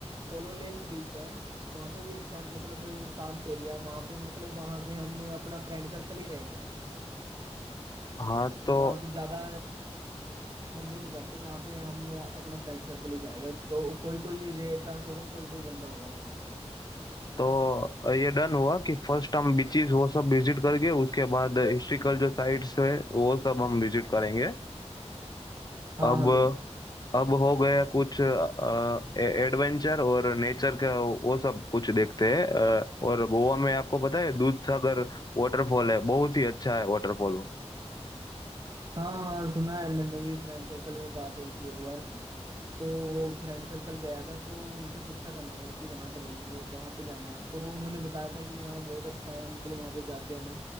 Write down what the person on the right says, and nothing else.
पोलोलेम बीच है वहाँ पे भी अच्छा है मतलब शांत एरिया वहाँ पे मतलब वहाँ पे हम अपना फ्रेंड सर्कल ही रहेगा
मतलब
वहाँ पे ज्यादा बंदे नहीं जाते वहाँ पे हम अपना फ्रेंड सर्कल ही जाएगा तो कोई कोई रेयर चांस होगा कोई कोई बंदा होगा वहाँ पे
हाँ
हाँ बिल्कुल
हाँ हाँ सुना है मैंने भी फ्रेंड सर्कल में बात हुई थी एक बार तो वो फ्रेंड सर्कल गया था तो उनसे पूछा था मैंने कि वहाँ चलेंगे वहाँ पे जाना है तो उन्होंने बताया था कि हाँ बहुत अच्छा है मतलब वहाँ पे जाके आना